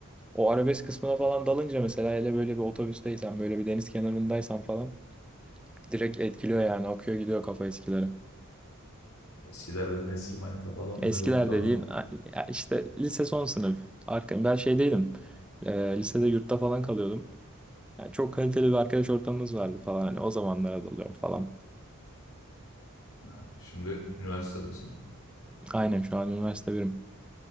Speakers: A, in the centre; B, on the left (about 80°).
A: O arabesk kısmına falan dalınca mesela hele böyle bir otobüsteysen böyle bir deniz kenarındaysan falan direkt etkiliyor yani akıyor gidiyor kafa eskileri.
B: Eskiler dedin eski manita falan
A: Eskiler
B: böyle unutamayan.
A: dediğin a- ya işte lise son sınıf. Arka, ben şey değilim. Ee, lisede yurtta falan kalıyordum. Yani çok kaliteli bir arkadaş ortamımız vardı falan. Hani o zamanlara dalıyorum falan.
B: Ha, şimdi üniversitedesin.
A: Aynen şu an üniversite birim.